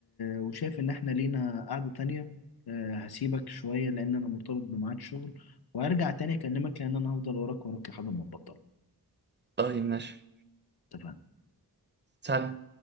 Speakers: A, on the left; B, on the right.
A: وشايف ان احنا لينا قعدة تانية آه، هسيبك شوية لان انا مرتبط بميعاد شغل وهرجع تاني اكلمك لان انا هفضل وراك وراك لحد ما ابطل
B: طيب ماشي
A: اتفقنا
B: سلام